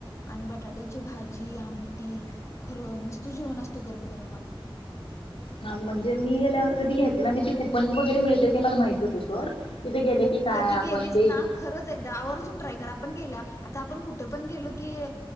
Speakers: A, on the left; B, on the left.
A: आणि बटाट्याची भाजी, आमटी खरं मस्त जेवण असतय गरम गरम अगं
B: हा म्हणजे मी गेल्यावर कधी घेतल नाही ते कूपन वगैरे मिळते ते मला माहित होतं सोड तिथे गेले की काय
A: कधी
B: आपण
A: गेलीस
B: ते
A: ना खरंच एकदा आवर्जून ट्राय कर आपण गेला आता आपण कुठं पण गेलो की